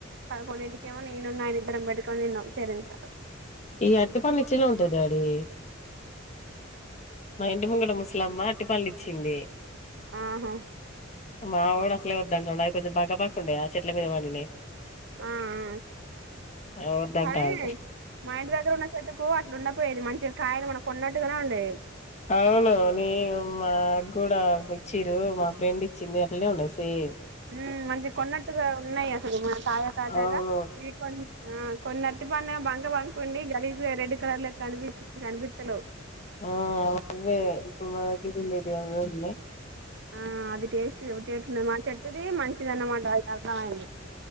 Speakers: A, on the right (about 60°); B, on the left (about 35°).
A: ఫోర్ ఇంటికైమో నేను అయినా ఇద్దరం <unintelligible> చేరింత
B: ఈ అరటిపండు ఇచినవ్ డాడీ మా ఇంటి ముంగడ ముసలామ్మ అట్టి పనులు ఇచ్చింది
A: ఆహా
B: మా వోడు అసలే వద్దంటాడు అది కొంచెం బంక బంకా ఉండేయా ఆ చెట్ల మీద పందేనేయి
A: ఆ ఆ
B: అవి వద్దంటాండు.
A: కానీ మా ఇంటి దగ్గర ఉన్న చెట్టుకు అట్లుండపోయేది మంచి చె కాయన మన కొన్నట్టుగానే ఉండేవి
B: అవును నివ మా కూడా ఇచ్చిరు మా ఫ్రెండ్ ఇచ్చింది అట్లనే ఉంటది సేమ్
A: ఉమ్ మంచిగా కొన్నట్టుగా ఉన్నాయి అసలు మన తాజా తాజాగా
B: అవును.
A: ఇవి కొ ఆ కొన్ని అరటిపండు ఏమో బంక బంకా వుండి గలీజ రెడ్ ఉంటారులే కనిపించి కనిపి హలో
B: ఆ అవే ఇప్పుడు మనా టిఫిన్ లే కి అవే ఉనాయి
A: ఆ అది టేస్ట్ ఉ టేస్ట్ ఉంది మా చెట్టుది మంచిది అన్నమాట అది అర్థమయింది